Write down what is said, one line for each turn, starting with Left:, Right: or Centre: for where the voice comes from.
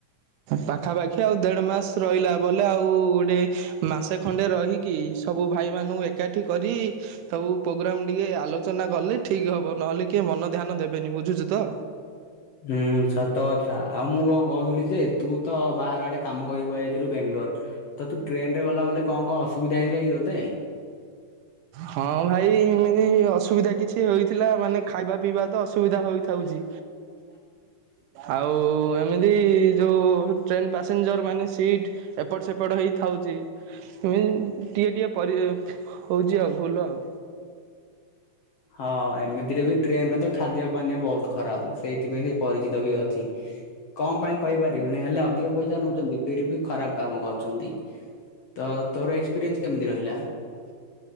Right: ପାଖାପାଖି ଆଉ ଦେଢ ମାସ ରହିଲା ବଲେ ଆଉ ଗୋଟେ ମାସେ ଖଣ୍ଡେ ରହିକି ସବୁ ଭାଇ ମାନଙ୍କୁ ଏକାଠି କରି ସବୁ ପ୍ରୋଗ୍ରାମ ଟିକେ ଆଲୋଚନା କଲେ ଠିକ ହବ ନହେଲେ କିଏ ମନ ଧ୍ୟାନ ଦେବେନି ବୁଝୁଛି ତ।
Left: ହୁଁ ସାର୍ ସତ କଥା ଆଉ ମୁଁ କଣ କହୁଥିଲି ଯେ ତୁ ତ ବାହାର ଆଡେ କାମ କର ଯାଇଥିଲୁ ବାେଙ୍ଗଲୋର ତ ତୁ ଟ୍ରେନ ରେ ଗଲା ବଲେ କଣ କଣ ଅସୁବିଧା ହେଇଥିଲା କି ତୋତେ?
Right: ହଁ ଭାଇ ଏମିତି ଅସୁବିଧା କିଛି ହେଇଥିଲା ମାନେ ଖାଇବା ପିଇବା ତ ଅସୁବିଧା ହେଥାଉଛି।
Left: <inaudible>
Right: ଆଉ ଏମିତି ଯୋଉ ଟ୍ରେନ ପାସେଞ୍ଜର ମାନେ ସିଟ ଏପଟ ସେପଟ ହେଇ ଥାଉଛି ଟିକିେ ଟିକିଏ ପରି ହେଉଛି ଆଉ ଭୁଲ ଆଉ।
Left: ହଁ ଏମିତିରେ ବି ଟ୍ରେନରେ ତ ଖାଦ୍ୟ ପାନୀୟ ବହୁତ ଖରାପ ସେଇଥିପାଇଁ ସେ ପରିଚିତ ବି ଅଛି। <inaudible> କଣ ପାଇଁ କହିପାରିବନି ହେଲେ ଅଧିକ ପଇସା ନଉଛନ୍ତି ଫରି ବି ଖରାପ କାମ କରୁଛନ୍ତି। ତ ତୋର ଏକ୍ସପିରିଏନ୍ସ କେମିତି ରହିଲା?